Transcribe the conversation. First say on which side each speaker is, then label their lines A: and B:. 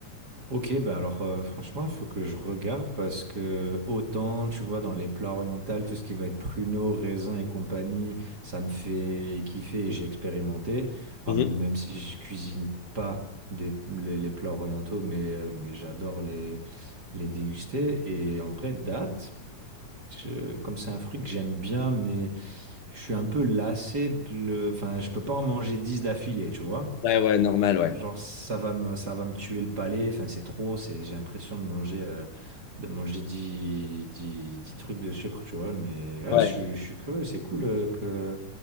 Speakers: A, on the right (about 35°); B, on the left (about 75°).
A: Ok, bah alors euh, franchement, il faut que je regarde parce que autant, tu vois, dans les plats orientaux, tout ce qui va être pruneaux, raisins et compagnie, ça me fait kiffer et j'ai expérimenté. Alors,
B: Mhm.
A: même si je cuisine pas des- les, les plats orientaux, mais, euh, mais j'adore les, les déguster. Et en vrai, date, je- comme c'est un fruit que j'aime bien, mais je suis un peu lassé de le... Enfin, je peux pas en manger 10 d'affilée, tu vois.
B: Ouais, ouais, normal, ouais.
A: Genre, ça va me, ça va me tuer le palais. Enfin, c'est trop. C'est, j'ai l'impression de manger, euh, de manger 10 10 10 trucs de sucre, tu vois. Mais là,
B: Ouais.
A: je, suis- je suis curieux. C'est cool euh, que